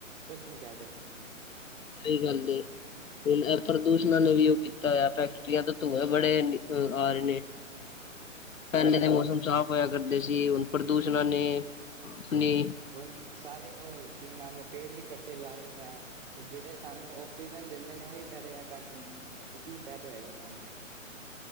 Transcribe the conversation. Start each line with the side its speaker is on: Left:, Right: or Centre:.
Right: ਕੁਛ ਨਹੀਂ ਕਹਿ ਸਕਦੇ।
Left: ਸਹੀ ਗੱਲ ਹੁਣ ਇਹ ਪ੍ਰਦੂਸ਼ਣ ਨੇ ਵੀ ਉਹ ਕੀਤਾ ਆ ਫੈਕਟਰੀਆਂ ਦਾ ਧੂੰਏ ਬੜੇ ਨੀ ਆ ਰਹੇ ਨੇ। ਪਹਿਲੇ ਦੇ ਮੌਸਮ ਸਾਫ਼ ਹੋਇਆ ਕਰਦੇ ਸੀ ਹੁਣ ਪ੍ਰਦੂਸ਼ਣਾ
Right: ਹਮ
Left: ਨੇ ਣੇ
Right: ਹੁਣ ਸਾਰੇ ਕੀ ਨਾਮ ਏ ਪੇੜ ਵੀ ਕੱਟੇ ਜਾ ਰਹੇ ਨੇ ਹੈ ਜਿਹੜੇ ਸਾਨੂੰ ਆਕਸੀਜ ਦਿੰਦੇ ਨੇ ਉਹੀ ਸਾਰੇ ਕੱਟ ਰਹੇ ਨੇ ਤੇ ਕੀ ਫਾਇਦਾ ਹੋਏਗਾ ਸਾਨੂੰ